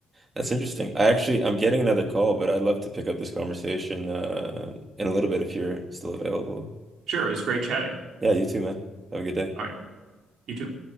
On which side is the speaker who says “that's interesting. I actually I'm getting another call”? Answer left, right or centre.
Right